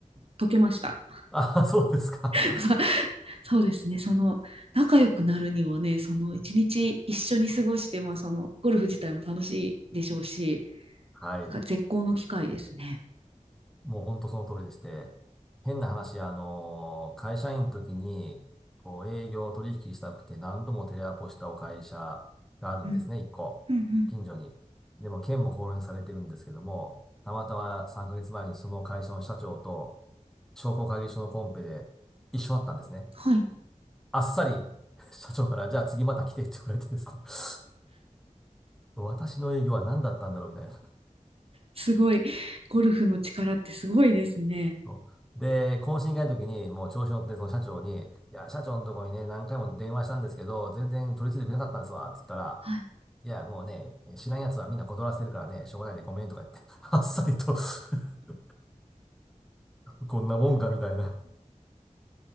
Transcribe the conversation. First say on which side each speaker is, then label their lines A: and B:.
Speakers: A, on the right (about 45°); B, in the centre.
A: 解けました。
B: あ、<laughs> そうですか。
A: <laughs> そうですね、その仲良くなるにはね、その一日一緒に過ごして、まあそのゴルフ自体も楽しいでしょうし、
B: はい。
A: なんか絶好の機会ですね。
B: もう本当その通りでして、変な話、あのー会社員の時に、こう、営業取引したくて何度もテレアポしたお会社があるんですね、
A: うん。
B: 一個。
A: うんうん。
B: 近所に。でも、県も放連されてるんですけども、たまたま3ヶ月前にその会社の社長と商工会議所のコンペで一緒だったんですね。
A: はい。
B: あっさり <laughs> 社長から、じゃあ次また来てって言われてですね <laughs> 私の営業は何だったんだろうみたいな。
A: すごい。ゴルフの力ってすごいですね。
B: そうで、懇親会の時に、もう調子乗って、その社長に、いや、社長のとこにね、何回も電話したんですけど、全然取り次いでくれなかったんですわ、って言ったら、
A: はい。
B: いや、もうね、知らん奴はみんな断らせてるからね、しょうがないでごめんとか言って、<laughs> あっさりと <laughs> こんなもんかみたいな。